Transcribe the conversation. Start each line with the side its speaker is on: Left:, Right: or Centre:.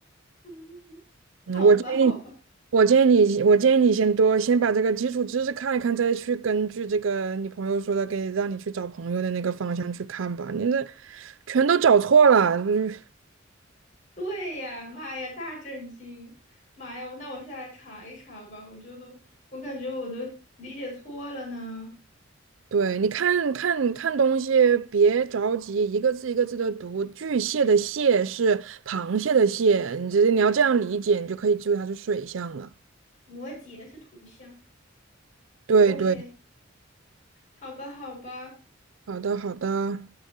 Left: 嗯，好吧，
Right: 嗯，我建议我建议你，
Left: 好吧。
Right: 我建议你先多先把这个基础知识看一看，再去根据这个你朋友说的给让你去找朋友的那个方向去看吧。你这全都找错了，嗯
Left: 对呀，妈呀，大震惊！妈呀，那我下来查一查吧。我觉得我感觉我都理解错了呢。
Right: 对，你看看看东西，别着急，一个字一个字的读。巨蟹的蟹是螃蟹的蟹，你这你要这样理解，你就可以记住它是水象了。
Left: 摩羯是土象。
Right: 对对，
Left: OK，好吧，好吧。
Right: 好的好的。